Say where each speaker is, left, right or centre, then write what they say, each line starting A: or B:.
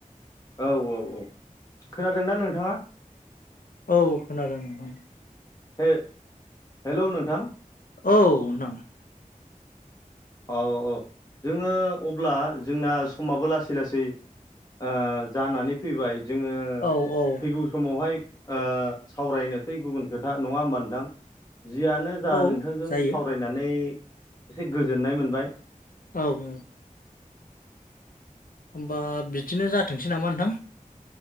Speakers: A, on the left; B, on the left.
A: औ औ औ। खोनादोंना नोंथाङा?
B: औ खोनादों नोंथां।
A: से हेल' नोंथां
B: औ नोंथां।
A: औ औ जोङो अब्ला जोंना समाबो लासै लासै ओ जानानै फैबाय जोङो
B: औ औ
A: फैगौ समावहाय ओ सावरायनोसै गुबुन खोथा। नङा होमबा नोंथां? जियानो जा
B: औ
A: नोंथांजों
B: जायो
A: सावरायनानै एसे गोजोननाय मोनबाय।
B: औ उम। होमबा बिदिनो जाथोंसै नामा नोंथां।